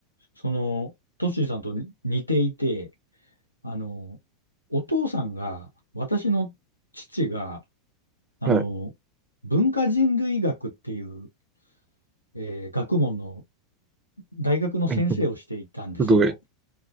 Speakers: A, on the left (about 80°); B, on the right (about 20°).
A: その、トッシーさんとに似ていて、あのお父さんが、私の父が、あの
B: はい。
A: 文化人類学っていう、えー学問の大学の先生をしていたんですよ。
B: <laughs> すごい。